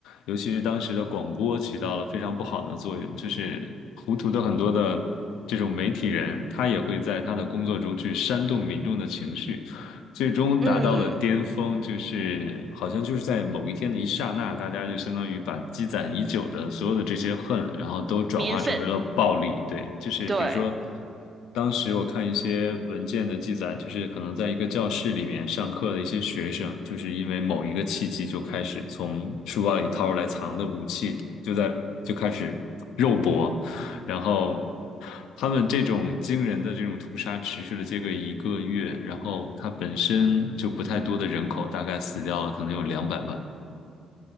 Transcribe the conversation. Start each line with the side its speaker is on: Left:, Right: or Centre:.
Left: 尤其是当时的广播起到了非常不好的作用，就是糊涂的很多的这种媒体人，他也会在他的工作中去煽动民众的情绪。最终达到了巅峰，
Right: 嗯，
Left: 就是好像就是在某一天的一刹那，大家就相当于把积攒已久的所有的这些恨，然后都转化成为了暴力。
Right: 民愤，
Left: 对，就是比如说，
Right: 对。
Left: 当时我看一些文件的记载，就是可能在一个教室里面上课的一些学生，就是因为某一个契机就开始从书包里掏出来藏的武器，就在就开始肉搏。然后他们这种惊人的这种屠杀持续了这个一个月，然后它本身就不太多的人口，大概死掉了可能有两百万。